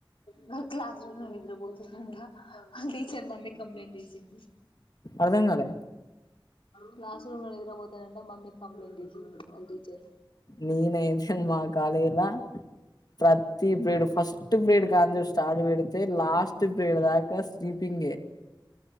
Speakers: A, on the left (about 85°); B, on the left (about 50°).
A: మ క్లాస్ రూమ్ నిద్రపోతుందంట టీచర్ మమ్మీ కీ కంప్లైంట్ చేసింది
B: అర్థం కాలే
A: క్లా రూమ్ లో నిద్రపోతదంట మమ్మీ కంప్లైంట్ చేసింది వాళ్ళ టీచర్
B: నేనైతే మా కాలేజీ లా ప్రతి ఫస్ట్ ప్రేడ్ కాన్చోలి స్టార్ట్ పెడితే లాస్ట్ ప్రేడ్ దాకా స్లీపింగే